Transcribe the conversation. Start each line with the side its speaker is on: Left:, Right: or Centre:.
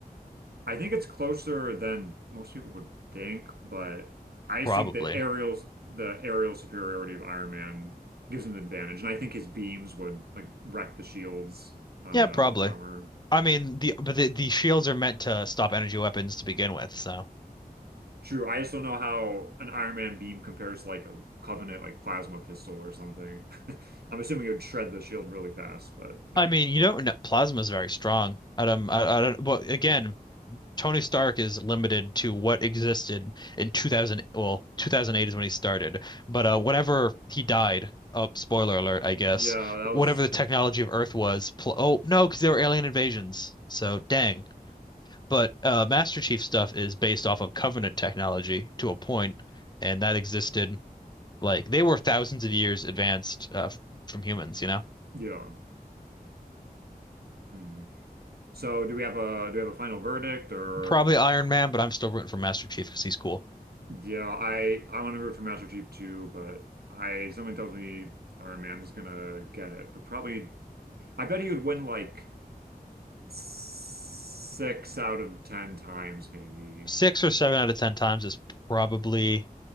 Right: I think it's closer than most people would think, but I just
Left: Probably.
Right: think the aerials, the aerial superiority of Iron Man gives him the advantage, and I think his beams would like wreck the shields on
Left: Yeah,
Right: the
Left: probably.
Right: armor.
Left: I mean, the but the, the shields are meant to stop energy weapons to begin with, so
Right: True, I just don't know how an Iron Man beam compares to like a Covenant like plasma pistol or something. <laughs> I'm assuming it would shred the shield really fast, but yeah,
Left: I mean, you don't know plasma is very strong. I don't, I, I don't, well, again, Tony Stark is limited to what existed in 2000, well, 2008 is when he started. But uh, whenever he died, oh, spoiler alert, I guess,
Right: yeah, that was
Left: whatever the technology of Earth was, pl oh, no, because there were alien invasions. So dang. But uh, Master Chief stuff is based off of Covenant technology to a point, and that existed Like they were thousands of years advanced uh, from humans, you know?
Right: yeah. Hmm. So do we have a do we have a final verdict or?
Left: Probably Iron Man, but I'm still rooting for Master Chief because he's cool.
Right: Yeah, I I want to root for Master Chief too, but I something tells me Iron Man is gonna get it. But probably, I bet he would win like six out of ten times, maybe.
Left: Six or seven out of ten times is probably